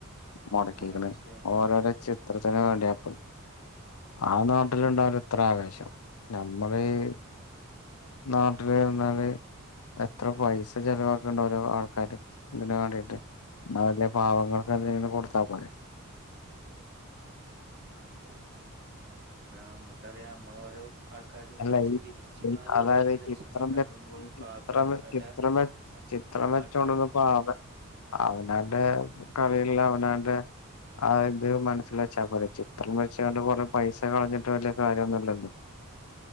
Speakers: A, on the left; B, on the right.
A: മുടക്കിക്കണെ
B: ആഹ് തീർച്ചയായും
A: ഓരോരെ ചിത്രത്തിന് വേണ്ടിയാപ്പ് ആ നാട്ടിലുണ്ടാവില്ല ഇത്ര ആവേശം നമ്മള് ഈ നാട്ടില്ന്ന്ഞ്ഞാല് എത്ര പൈസ ചെലവാക്ക്‌ണ്ട് ഓരോ ആൾക്കാര് ഇതിന് വേണ്ടിട്ട് എന്ന വല്യ പാവങ്ങൾക്ക് എന്തെങ്കിലും കൊടുത്താ പോരെ
B: ആഹ് അതെ ഇപ്പം നമുക്കറിയാം നമ്മളോരോ ആൾക്കാരിന്ന്
A: അല്ല
B: പൈസ
A: ഈ
B: പിരിച്ചിങ്ങാല്
A: ഈ അതായത്
B: ഓരോ
A: ഈ
B: ലക്ഷങ്ങളൾ
A: ചിത്രം
B: ഉണ്ടാകുമ്പോലും
A: വര- ചിത്രം
B: പാവപ്പെട്ട പല
A: ചിത്രം വര-
B: ആ-
A: ചിത്രം വെച്ചോണ്ടന്ന്
B: ആൾക്കാർക്കും
A: പാവ അവനവന്റെ കളിയല്ല അവനവന്റെ ആഹ് ഇത് മനസ്സിലെച്ചാ പോരെ ചിത്രം വച്ചിങ്ങാണ്ട് കുറെ പൈസ കളഞ്ഞിട്ട് വല്യ കാര്യൊന്നുല്ലല്ലോ